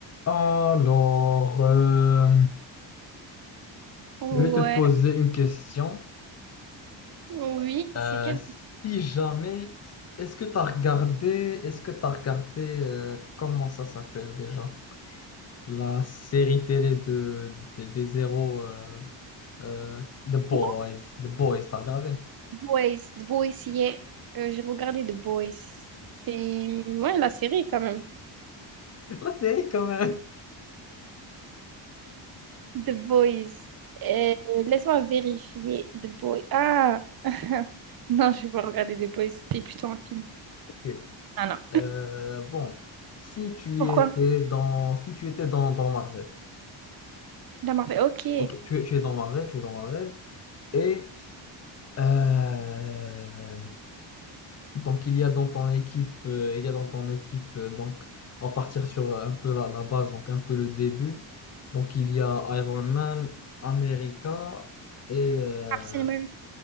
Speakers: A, on the left; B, on the right.
A: Alors, euh,
B: Ouais,
A: je vais te poser une question.
B: oui,
A: Euh,
B: c'est quel...
A: si jamais, est-ce que tu as regardé, est-ce que tu regardé, euh, comment ça s'appelle déjà? La série télé de, des des héros euh, euh, The Boys.
B: C'est quoi?
A: The Boys, t'as regardé?
B: Boys, The Boys, yeah. Euh, j'ai regardé The Boys. C'est, ouais, la série quand même.
A: <laughs> La série quand même.
B: The Boys. Euh, laisse-moi vérifier The Boys. Ah! <laughs> Non, je vais pas regarder The Boys. C'était plutôt un film.
A: Ok.
B: Ah non.
A: Euh, bon, si tu
B: <clears throat> Pourquoi?
A: étais dans, si tu étais dans, dans Marvel,
B: La Marvel. Ok.
A: ok, tu es, tu es dans Marvel, tu es dans Marvel, et euh, Donc, il y a dans ton équipe, euh, il y a dans ton équipe, euh, donc, on va partir sur un peu la, la base, donc un peu le début. Donc, il y a Iron Man, America et, euh,
B: Captain America.